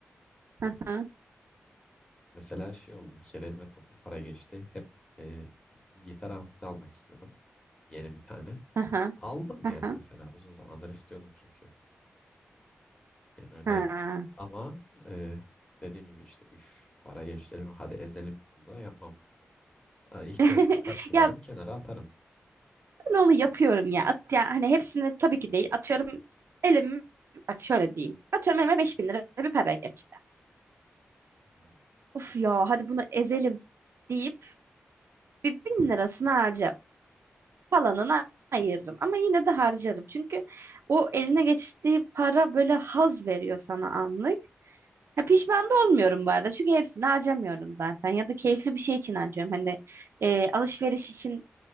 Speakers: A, on the right (about 75°); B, on the left (about 20°).
A: Hı hı,
B: Mesela şey oldu bir kere elime toplu para geçti. Hep e, gitar amfisi almak istiyordum. Yeni bir tane.
A: hı hı,
B: Aldım yani
A: hı hı,
B: mesela uzun zamandır istiyordum çünkü. Yani öyle
A: hı.
B: ama e, dediğim gibi işte üf para geçti hadi ezelim şunu da yapmam. Ha, İhtiyacımı
A: <laughs>
B: karşılarım
A: Ya
B: kenara atarım.
A: Ben onu yapıyorum ya. At, yani hani hepsini tabii ki değil. Atıyorum elim bak şöyle diyeyim. Atıyorum elime 5000 lira bir para geçti.
B: hı.
A: Uf ya hadi bunu ezelim deyip bir bin lirasını harcarım. Falanını ayırırım ama yine de harcarım. Çünkü o eline geçtiği para böyle haz veriyor sana anlık. Ha, pişman da olmuyorum bu arada. Çünkü hepsini harcamıyorum zaten. Ya da keyifli bir şey için harcıyorum. Hani e, alışveriş için